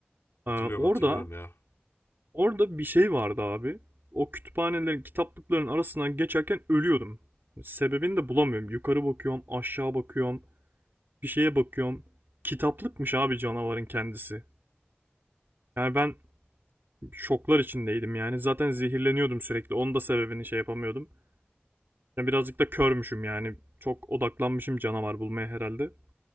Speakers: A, on the left; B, on the right.
A: Hatırlıyorum
B: Ee, orada
A: hatırlıyorum ya.
B: orada bir şey vardı abi. O kütüphanelerin, kitaplıkların arasından geçerken ölüyordum. Hani Sebebini de bulamıyorum. Yukarı bakıyorum, aşağı bakıyorum, bir şeye bakıyorum. Kitaplıkmış abi canavarın kendisi. Yani ben şoklar içindeydim yani. Zaten zehirleniyordum sürekli. Onun da sebebini şey yapamıyordum. Yani birazcık da körmüşüm yani. Çok odaklanmışım canavar bulmaya herhalde.